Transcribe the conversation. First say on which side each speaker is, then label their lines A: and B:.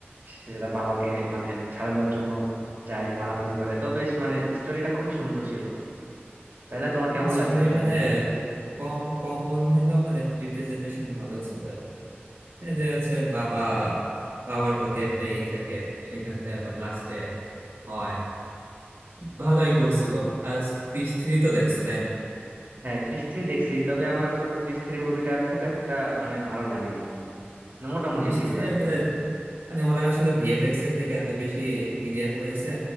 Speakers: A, on the right; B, on the right.
A: সে সে তার বাবাকে মানে ছাড়ানোর জন্য যায় মারামারি করে তো বেশ মানে স্টোরিটা খুবই সুন্দর ছিল তাই না তোমার কেমন
B: স্টোরি
A: লাগছে আসলে
B: মানে
A: মুভিটা
B: কম কমন হলেও মানে রিপ্রেজেন্টেশন ভালো ছিল এই যে হচ্ছে বাবা বাবার প্রতি একটা ই থাকে সেখান থেকে আবার লাস্টে হয় ভালোই করছিল আর ক্রিস থ্রি তো দেখছো তাই না
A: হ্যাঁ ক্রিস থ্রি দেখছি তবে আমার আসলে ক্রিস থ্রি মুভিটা খুব একটা মানে ভালো লাগেনি মানে মোটামুটি
B: ক্রিস
A: ছিল
B: থ্রি
A: আর
B: আসলে
A: কি
B: মানে ওরা আসলে ভিএফএক্স এর দিকে এত বেশি ই দিয়ে ফেলাইছে